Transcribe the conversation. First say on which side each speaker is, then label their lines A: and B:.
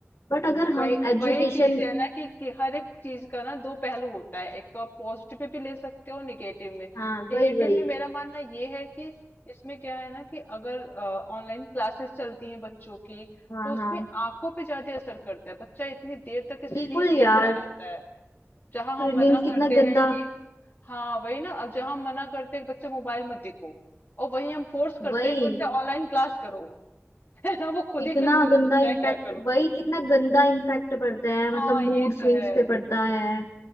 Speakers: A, on the left; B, on the left.
A: बट अगर
B: वही
A: हम एजुकेशन
B: वही चीज है ना कि, कि हर एक चीज का ना दो पहलू होता है एक तो आप पॉजिटिव में भी ले सकते हो निगेटिव में
A: हाँ
B: निगेटिव
A: वही वही
B: में मेरा मानना ये है कि इसमें क्या है ना कि अगर ऑनलाइन क्लासेस चलती हैं बच्चों की
A: हाँ
B: तो उसमें
A: हाँ
B: आंखों पे ज्यादा असर करता है बच्चा इतनी देर तक
A: बिल्कुल
B: स्क्रीन देखता
A: यार
B: रहता है जहां हम
A: ट्रेनिंग
B: मना
A: कितना
B: करते
A: गंदा
B: हैं कि हाँ वही ना अब जहां हम मना करते हैं कि बच्चा मोबाइल मत देखो और वही हम फोर्स करते
A: वही
B: हैं कि बच्चा ऑनलाइन क्लास करो <laughs> है ना वो खुद
A: कितना
B: ही कंफ्यूज
A: गंदा
B: होता है
A: इम्पैक्ट
B: क्या करूं
A: वही कितना गंदा इम्पैक्ट पड़ता है
B: हाँ
A: मतलब
B: ये
A: मूड स्विंग्स
B: तो है
A: पे पड़ता है